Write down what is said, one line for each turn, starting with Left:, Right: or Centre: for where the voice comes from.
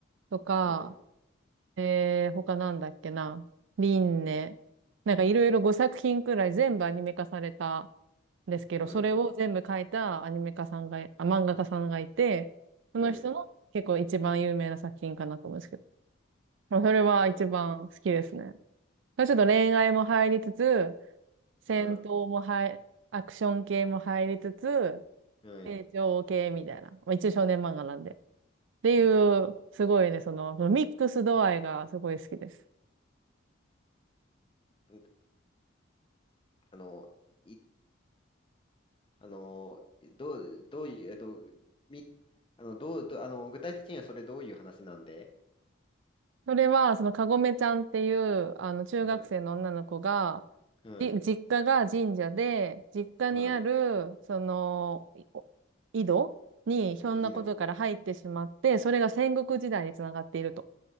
Right: とか、
Left: ない、
Right: えー、他なんだっけな。リンネ。なんかいろいろ5作品くらい全部アニメ化されたんですけど、
Left: ない、
Right: それを全部書いたアニメ化さんが、あ、漫画家さんがいて、その人の結構一番有名な作品かなと思うんですけど。
Left: ない、
Right: まあ、それは一番好きですね。
Left: あ、
Right: ちょっと恋愛も入りつつ、戦闘も入、
Left: あ、
Right: アクション系も入りつつ、
Left: ない、
Right: 成長系みたいな。まあ、一応少年漫画なんで。っていう、
Left: な、
Right: すごいね、その、そのミックス度合いがすごい好きです。
Left: うんあの、い、あの、どう、どういう、えっと、み、あの、どう、どあの、具体的にはそれどういう話なんで
Right: それは、そのかごめちゃんっていう、あの、中学生の女の子が、
Left: はい、はい、
Right: じ実家が神社で、実家にある、
Left: はい、
Right: その、いお井戸にひょんなことから入ってしまって、
Left: ね、いいの、
Right: それが戦国時代につながっていると。